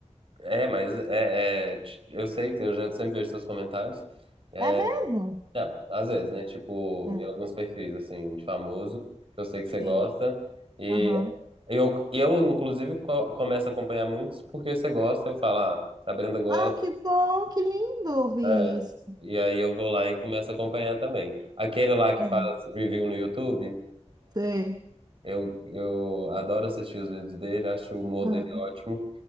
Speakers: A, on the right; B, on the right.
A: É, mas é, é, ti- eu sei que eu já sempre vejo seus comentários. É,
B: É mesmo?
A: não, às vezes, né? Tipo,
B: Ah,
A: em alguns perfis, assim, de famoso, que eu sei
B: sim.
A: que você gosta. E
B: Aham.
A: eu, eu inclusive, co- começo a acompanhar muitos porque você gosta. Eu falo, ah, se a Brenda gosta.
B: Ah, que bom, que lindo ouvir
A: é.
B: isso.
A: E aí eu vou lá e começo a acompanhar também. Aquele lá que
B: É,
A: faz review no YouTube,
B: Sei.
A: eu, eu adoro assistir os vídeos dele, acho o humor
B: Ah,
A: dele ótimo.